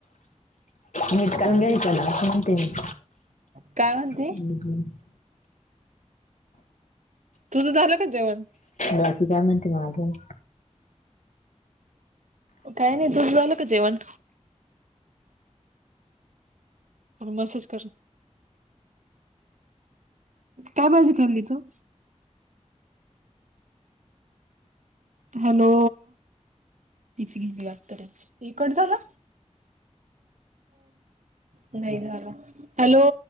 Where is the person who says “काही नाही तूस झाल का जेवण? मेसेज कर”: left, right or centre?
Right